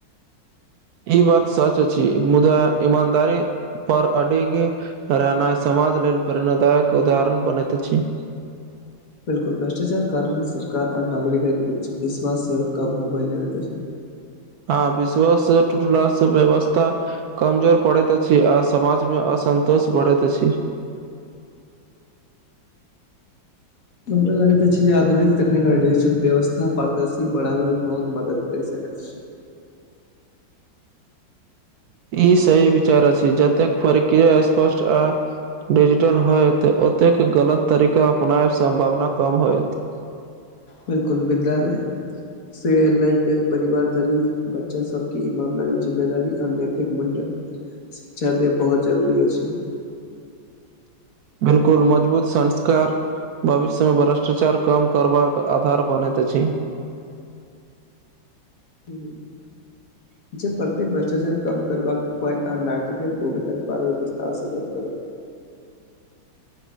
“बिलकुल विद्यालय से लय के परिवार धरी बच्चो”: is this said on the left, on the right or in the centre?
Left